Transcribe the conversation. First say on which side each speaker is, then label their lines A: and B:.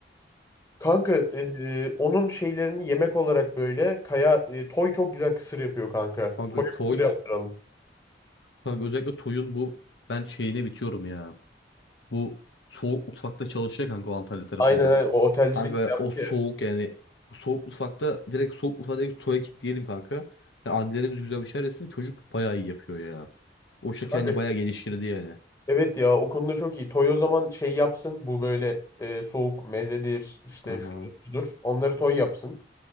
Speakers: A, on the left; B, on the left.
A: Kanka e, onun şeylerini yemek olarak böyle Kaya e, Toy çok güzel kısır yapıyor kanka.
B: Kanka
A: Toy'a
B: Toy.
A: kısır yaptıralım.
B: Kanka özellikle Toy'un bu ben şeyine bitiyorum ya. Bu soğuk mutfakta çalışıyor kanka o Antalya tarafında.
A: Aynen aynen o otelcilik
B: Kanka
A: bir yaptı
B: o soğuk
A: ya.
B: yani soğuk mutfakta direkt soğuk mutfakta direkt Toy'a kilitleyelim kanka. Yani annelerimiz güzel bir şeyler etsin. Çocuk bayağı iyi yapıyor ya. O işte
A: Kanka
B: kendini bayağı geliştirdi yani.
A: evet ya o konuda çok iyi. Toy o zaman şey yapsın bu böyle e, soğuk mezedir işte
B: Aha.
A: şudur budur. Onları Toy yapsın.